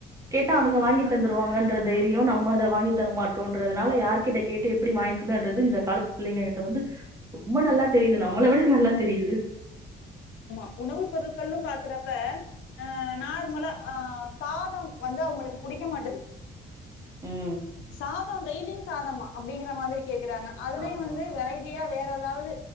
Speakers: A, on the right; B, on the left.
A: கேட்டா ‌ அவுங்க வாங்கிதந்துடுவாங்க என்கற தைரியோ நம்மக்கு த்த அத வாங்கி தரமாட்டோன்றதுனால யாரரு்கிட்ட கேட்டு எப்டி வாங்கிக்கணுன்றது இந்த காலத்து புள்ளைங்க கிட்ட வந்து ரொம்ப நல்லா தெரியுது நம்மள விட நல்லா தெரியுது
B: ஆமா உணவு பொருட்கள்ளு பாக்கறப்ப ஆ நார்மலா ஆ சாதம் வந்து அவுங்களுக்கு புடிக்க மாட்டது
A: ம்.
B: சாப் <unintelligible> டெய்லியு சாதமா அப்டிங்கிற மாதிரி கேக்கறாங்க அதுலேயு
A: ஆமா.
B: வந்து வெரைட்டியா வேற ஏதாவது